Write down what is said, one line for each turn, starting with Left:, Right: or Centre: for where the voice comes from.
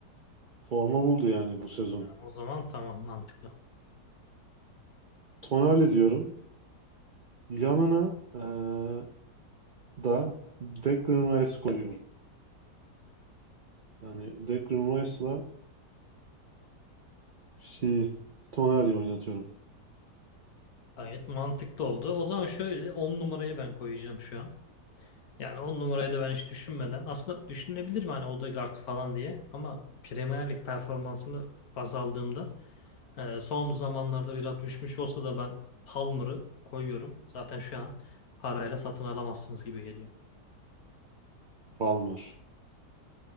Right: forma buldu yani bu sezon.
Left: O zaman tamam mantıklı.
Right: Tonali diyorum. Yanına e, da Declan Rice koyuyorum. Yani Declan Rice'la şey Tonali oynatıyorum.
Left: Gayet mantıklı oldu. O zaman şöyle 10 numarayı ben koyacağım şu an. Yani on numarayı da ben hiç düşünmeden aslında düşünebilir mi hani Odegaard falan diye ama Premier Lig performansını baz aldığımda e, son zamanlarda biraz düşmüş olsa da ben Palmer'ı koyuyorum. Zaten şu an parayla satın alamazsınız gibi geliyor.
Right: Palmer.